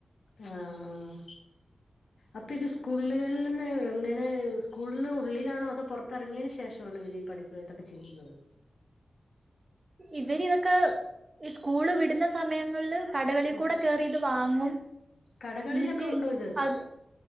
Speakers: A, on the left; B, on the right.
A: ആഹ് ആഹ് അപ്പൊ ഇത് സ്കൂളുകളിൽ നിന്ന് ഇങ്ങനെ സ്കൂളിന് ഉള്ളിലാണോ അതോ പൊറത്തിറങ്ങിയതിന് ശേഷണോ ഇവരി പഠി പ്പ ദൊക്കെ ചെയ്യുന്നത്
B: ഇവര് ഇതൊക്കെ ഈ സ്കൂള് വിടുന്ന സമയങ്ങള്ല് കടകളി
A: ഉം
B: കൂടെ കേറി ഇത് വാങ്ങും,
A: കടകളിലൊക്കെ
B: ഇന്നിട്ട്
A: ഉണ്ടോ ഇത്
B: അത്